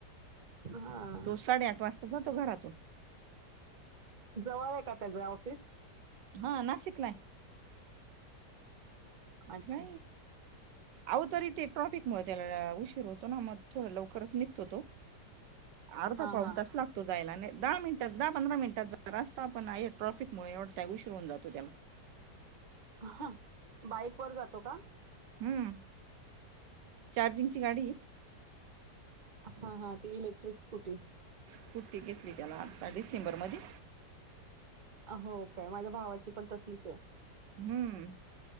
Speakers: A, on the right; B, on the right.
A: हा
B: तो साडेआठ वाजता जातो घरातून
A: जवळ आहे का त्याच ऑफिस
B: हा नाशिकलाय
A: अच्छा
B: का अहो तरी ते ट्रॉफिक म त्याला उशीर होतो ना मग थोडा लवकरच निघतो तो अर्ध
A: हा
B: पावन
A: हा
B: तस लागतो जायला न दहा मिनिटात दहा पंधरा मिनिटात रस्ता पण आहे ट्रॅफिक मु एवढय उशरवून जातो त्याला
A: ह बाईक वर जातो का
B: हम्म चार्जिंगची गाडी
A: हा, हा ते इलेक्ट्रिक स्कूटी
B: स्कूटी घेतली त्याला आता डिसेंबरमध्ये
A: अ हो काय माझ्या भावाची पण तसलीच आहे
B: हम्म